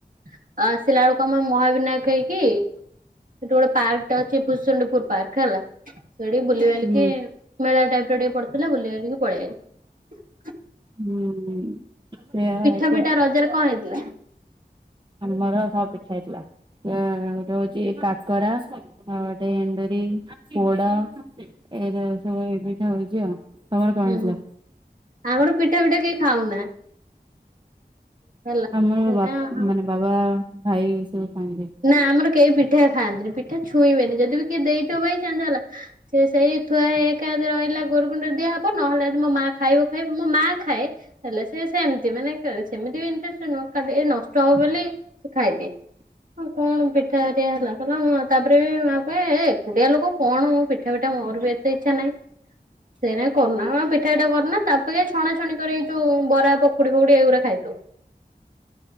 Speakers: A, on the right; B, on the right.
A: ଆଉ ଆସିଲା ବେଳକୁ ଆମେ ମହାବିନାୟକ ହେଇକି ସେଠି ଗୋଟେ ପାର୍କଟେ ଅଛି ପୁସୁଣ୍ଡପୁର ପାର୍କ ହେଲା। ସେଠି ବୁଲିବାଲିକି
B: ହୁଁ
A: ମେଳା ଟାଇପର ଟିକେ ପଡିଥିଲା ବୁଲିବାଲିକି ପଳେଇ ଆଇଲୁ।
B: ହୁଁଉ-ଉ-ଉ ସେଇଆ
A: <unintelligible> ରଜରେ କଣ ହେଇଥିଲା?
B: ଆମର ହଁ ପିଠା ହେଇଥିଲା। ଗୋଟେ ହଉଛି କାକରା ଆଉ ଗୋଟେ ଏଣ୍ଡୁରି। ପୋଡା ଏରା ସବୁ ଏଇ ପିଠା ହଉଛି ଆଉ। ତମର କଣ
A: ହୁଁ
B: ହେଇଥିଲା?
A: ଆମର ପିଠା ଫିଠା କେହି ଖାଉନା। ହେଲା
B: ଆମର
A: ସେଇଟା
B: ବା ମାନେ ବାବା ଭାଇ ସବୁ ଖାଆନ୍ତି।
A: ନା ଆମର କେହି ପିଠା ଖାଆନ୍ତିନି ପିଠା ଛୁଇଁବେନି ଯଦି ବି କିଏ ଦେଇଥିବ ବାଇଚାନସ ହେଲା ସେ ସେଇ ଥୁଆ ହେଇ ହେଇକା <inaudible> ରହିଲା ଗୋରୁ କୁଣ୍ଡରେ ଦିଆହବ ନହେଲେ ଯଦି ମୋ ମାଆ ଖାଇବ ଖାଇବ, ମୋ ମାଆ ଖାଏ ହେଲା ସେ ସେମିତି ମାନେ <inaudible> ସେମିତି ବି ଇଣ୍ଟ୍ରେଷ୍ଟ ନୁହଁ ଖାଲି ନଷ୍ଟ ହବ ବୋଲି ସେ ଖାଇଦିଏ।
B: <inaudible>
A: ହଁ କଣ ପିଠାହେରିଆ ହେଲା କହିଲା ହଁ ତାପରେ ମାଆ କୁହେ ଏ ଏକୁଟିଆ ଲୋକ କଣ ମ ପିଠା ଫିଠା ମୋର ବି ଏତେ ଇଚ୍ଛା ନାହିଁ।
B: <inaudible>
A: ସେଇନାଗି କରୁନା ପିଠା ଫିଠା କରୁନା ତାପରେ ଛଣାଛଣି କରିଛୁ ବରା ପକୁଡି ଫକୁଡ଼ି ଏଇଗୁରା ଖାଇଥାଉ।
B: <inaudible>